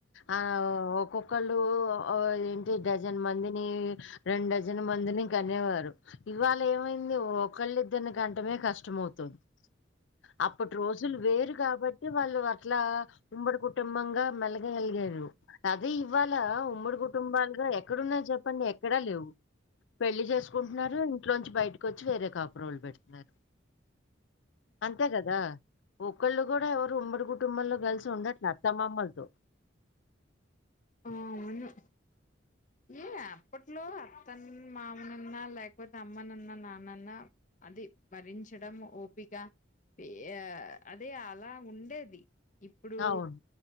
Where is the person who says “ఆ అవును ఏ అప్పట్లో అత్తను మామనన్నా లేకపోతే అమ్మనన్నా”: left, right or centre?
Left